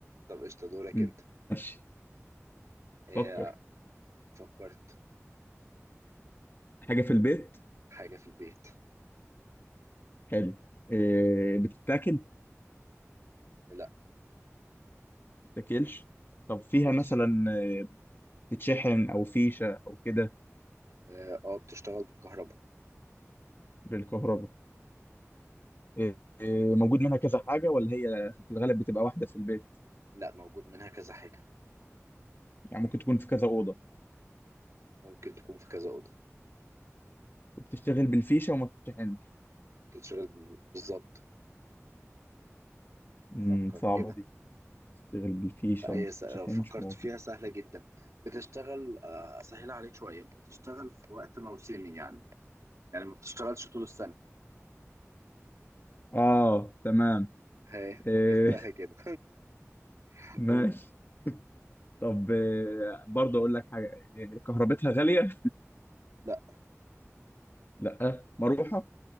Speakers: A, on the right (about 75°); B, on the left (about 45°).
A: طب قشطة دورك
B: مم.
A: انت
B: ماشي
A: ايه
B: فكر
A: فكرت
B: حاجة في البيت
A: حاجة في البيت
B: حلو إيه بتتاكل ما
A: لا
B: بتتاكلش
A: ما
B: طب
A: بتاكلش
B: فيها مثلا إيه، بتتشحن او فيشة او كده
A: اه آه، بتشتغل بالكهرباء
B: بالكهرباء إيه إيه، موجود منها كذا حاجة ولا هي في الغالب بتبقى واحدة في البيت
A: لا موجود منها كذا حاجة
B: يعني ممكن تكون في كذا أوضة
A: ممكن تكون في كذا أوضة
B: وبتشتغل بالفيشة وما بتتشحنش
A: بتشتغل بال- بالظبط
B: امم
A: فكر
B: صعبة
A: كده
B: دي بتشتغل بالفيشة
A: لا هي
B: وما
A: س- لو
B: بتتشحنش
A: فكرت
B: موجود
A: فيها سهلة جدا بتشتغل آه، أسهلها عليك شوية بتشتغل في وقت موسمي يعني يعني ما بتشتغلش طول السنة
B: اه تمام
A: ها
B: آه،
A: جبتها كده <laughs>
B: ماشي
A: قول
B: طب آه، برضه اقول لك حاجه آه، كهربتها غاليه
A: لا
B: لا مروحه